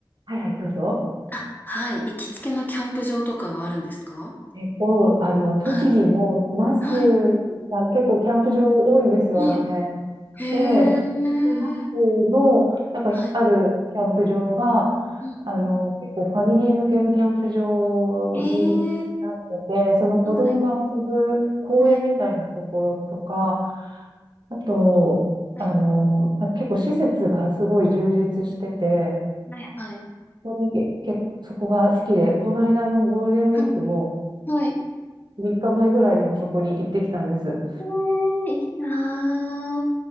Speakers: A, on the right; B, on the left.
A: はいはい、どうぞ。
B: あ、はい。行きつけのキャンプ場とかがあるんですか
A: えっと、あの、栃木の那須が結構キャンプ場多いんですよ、
B: はい。はい。はい。
A: あの辺。
B: へえ。
A: で、那須の、なんかひあるキャンプ場が、
B: はい。うん。
A: あの、結構ファミリー向けのキャンプ場に
B: ええ。
A: なってて、その子供が遊ぶ公園みたいなところとか、
B: はい。はい。
A: あと、
B: はい。
A: あの、なんか結構施設がすごい充実してて、
B: はい。はい。
A: 本当にけ、けそこが好きで、この間のゴールデンウィークも、
B: はい。はい。
A: 3日前ぐらいにもそこに行ってきたんです。
B: ええ、いいな